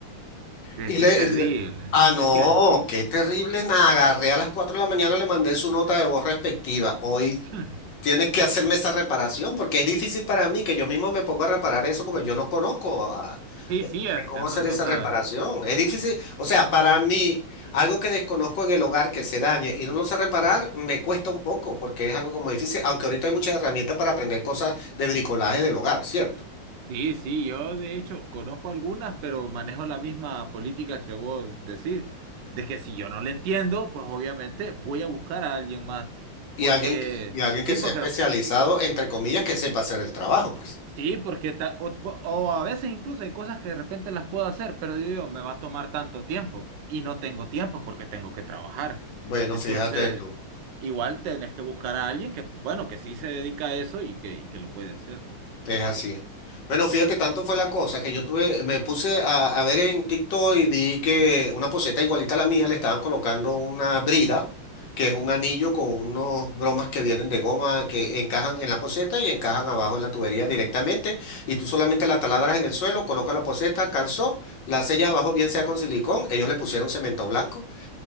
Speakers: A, on the right; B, on the left.
A: Es
B: Y
A: que
B: le,
A: es terrible.
B: y le- ah, no,
A: Es que,
B: qué terrible, nada, agarré a las cuatro de la mañana, le mandé su nota de voz respectiva. Hoy
A: <laughs>
B: Tienes que hacerme esa reparación porque es difícil para mí que yo mismo me ponga a reparar eso porque yo no conozco a-
A: sí,
B: de-
A: sí, es-
B: de cómo
A: eh, no,
B: hacer
A: no
B: esa
A: sabe.
B: reparación. Es difícil, o sea, para mí, algo que desconozco en el hogar que se dañe y no lo sé reparar, me cuesta un poco porque es algo como difícil, aunque ahorita hay muchas herramientas para aprender cosas de bricolaje del hogar, ¿cierto?
A: Sí, sí, yo de hecho conozco algunas, pero manejo la misma política que vos decís, de que si yo no le entiendo, pues obviamente voy a buscar a alguien más,
B: Y
A: porque,
B: alguien, que- y alguien
A: sí,
B: que sea
A: porque
B: especializado, entre comillas, que sepa hacer el trabajo, pues.
A: Sí, porque ta- o, o a veces incluso hay cosas que de repente las puedo hacer, pero yo digo, me va a tomar tanto tiempo y no tengo tiempo porque tengo que trabajar.
B: Bueno,
A: Entonces,
B: fíjate tú.
A: igual tenés que buscar a alguien que, bueno, que sí se dedica a eso y que, y que lo puede hacer. ¿no?
B: Es así. Bueno, fíjate, tanto fue la cosa que yo tuve, me puse a, a ver en TikTok y vi que una poseta igualita a la mía le estaban colocando una brida, que es un anillo con unos bromas que vienen de goma que encajan en la poseta y encajan abajo en la tubería directamente. Y tú solamente la taladras en el suelo, colocas la poseta, calzó, la sellas abajo, bien sea con silicón. Ellos le pusieron cemento blanco